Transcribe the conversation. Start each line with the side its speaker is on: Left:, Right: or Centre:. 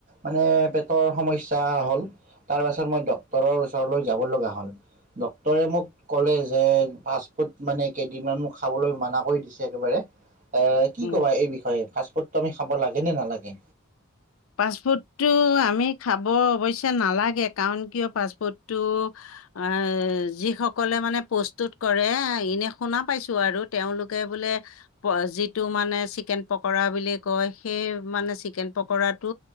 Right: মানে পেটৰ সমস্যা হ'ল, তাৰ পাছত মই ডাক্তৰৰ ওচৰলৈ যাব লগা হ'ল। ডক্টৰে মোক কলে যে, ফাষ্ট ফুড মানে কেইদিনমান খাবলৈ মানা কৰি দিছে একেবাৰে। এ কি
Left: উম
Right: ক'বা এই বিষয়ে ফাষ্ট ফুডটো আমি খাব লাগে নে নালাগে?
Left: পাষ্টফুৰ্ডটো আমি খাব অৱশ্যে নালাগে, কাৰণ কিয় পাষ্টফুৰ্ডটো আহ যিসকলে মানে প্ৰস্তুত কৰে, এনে শুনা পাইছো আৰু তেওঁলোকে বোলে যিটো মানে চিকেন পকৰা বুলি কয়, সেই মানে চিকেন পকৰাত টো